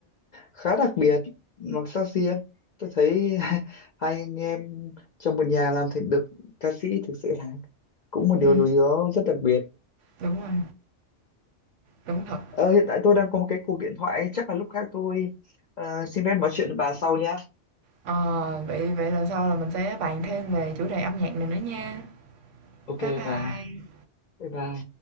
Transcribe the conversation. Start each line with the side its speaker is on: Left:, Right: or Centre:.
Left: khá đặc biệt màu sắc riêng tôi thấy <laughs> hai anh em trong một nhà làm thành được ca sĩ thực sự là cũng một điều
Right: Ừm.
Left: gì đó rất đặc biệt
Right: Đúng rồi, đúng thật.
Left: ờ, hiện tại tôi đang có một cái cuộc điện thoại chắc là lúc khác tôi ờ, xin phép nói chuyện với bà sau nhá
Right: Ờ, vậy vậy lần sau là mình sẽ bàn thêm về chủ đề âm nhạc này nữa nha.
Left: ok
Right: Bye bye.
Left: bà bye bye